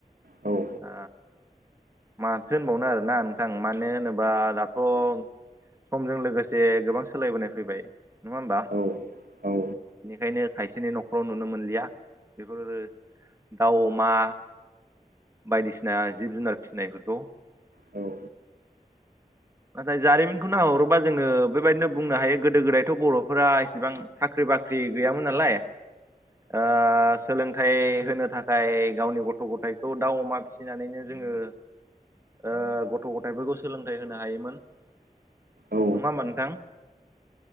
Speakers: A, on the right (about 80°); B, on the right (about 15°).
A: औ
B: ओ माथो होनबावनो आरोना नोंथां मानो होनोबा दाथ' समजों लोगोसे गोबां सोलायबोनाय फैबाय नङा होमबा?
A: औ औ
B: बेनिखायनो खायसेनि नखराव नु नो मोनलिया बेफोर दाउ अमा बायदिसिना जिब जुनार फिसिनायफोरखौ
A: औ
B: <inaudible> नाथाय जारिमिनखौ नाहरोबा जोङो बेबायदिनो बुंनो हायो गोदो गोदायथ' बर'फोरा इसेबां साख्रि बाख्रि गैयामोन नालाय ओ सोलोंथाइ होनो थाखाय गावनि गथ' गथायखौ दाउ अमा फिसिनानैनो जोङो ओ गथ' गथाइफोरखौ सोलोंथाइ होनो हायोमोन नङा
A: औ
B: ओमबा नोंथां?